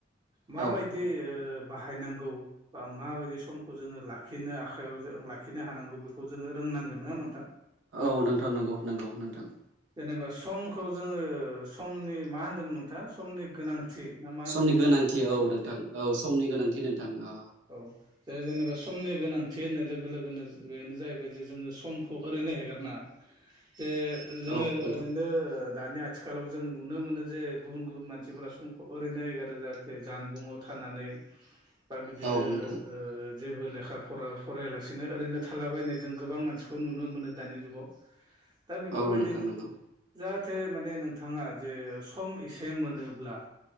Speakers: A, on the right; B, on the right.
A: माबायदि
B: औ
A: ओ बाहायनांगौ बा माबायदि समखौ जोङो लाखिनो आखायाव जों लाखिनो हानांगौ बेखौ जोङो रों नांगोन नङा होनमो नोंथां?
B: औ नोंथां नंगौ नंगौ नोंथां
A: जेनेबा समखौ जोङो समनि मा होन्दोमोन नोंथाङा समनि गोनांथि ना मा होनदोंमोन?
B: समनि गोनांथि औ नोंथां औ समनि गोनांथि नोंथां आ
A: औ जे जेनेबा समनि गोनांथि होननाय लोगो लोगोनो बेनो जाहैबाय जे जोङो समखौ ओरैनो हेगारनाङा
B: <inaudible>
A: जे जोङो
B: औ नोंथां
A: ओरैनो दानि आथिखालाव जों नुनो मोनो जे गुबुन गुबुन मानसिफोरा सम खौ ओरैनो एगारो जाहाथे जानबुङाव थानानै बा बिदिनो
B: औ नोंथां
A: ओ जेबो लेखा फरा फरायालासिनो ओरैनो थालाबायनाय जों गोबां मानसिखौ नुनो मोनो दानि जुगाव दा बेफोर
B: औ
A: बायदिनो
B: नोंथां
A: जा
B: नंगौ
A: जाहाथे माने नोंथाङा जे सम एसे मोनोब्ला